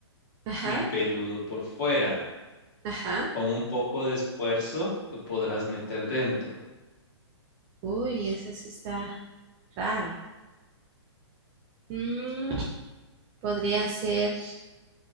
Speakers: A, on the right (about 20°); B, on the left (about 40°).
A: Ajá,
B: y peludo por fuera.
A: ajá.
B: Con un poco de esfuerzo tú podrás meter dentro.
A: Uy, eso sí está raro. Mm, podría ser.